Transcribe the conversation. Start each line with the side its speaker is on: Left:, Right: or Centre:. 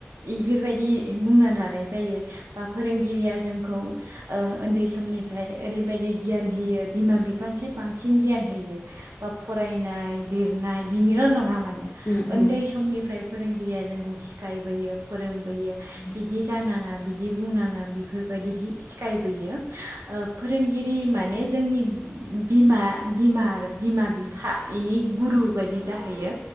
Right: इफोरबायदि बुंना ला नाय जायो बा फोरोंगिरिया जोंखौ ओ ओन्दै समनिफ्राय ओरै बायदि गियान होयो बिमा बिफानिसाय बांसि न गियान होयो बा फरायनाय दिरनाय बिनिल' नङा माने
Left: उम
Right: ओन्दै
Left: उम
Right: निफ्राय फोरोंगिरिया जोंखौ सिखायबोयो फोरों बोयो
Left: उम
Right: बिदि जानाङा बिदि बुंनाङा बिफोरबायदिहि सिखायबोयो ओ फोरोंगिरि माने जोंनि बिमा बिमा आरो बिमा बिफा इनि गुरु बायदि जाहैयो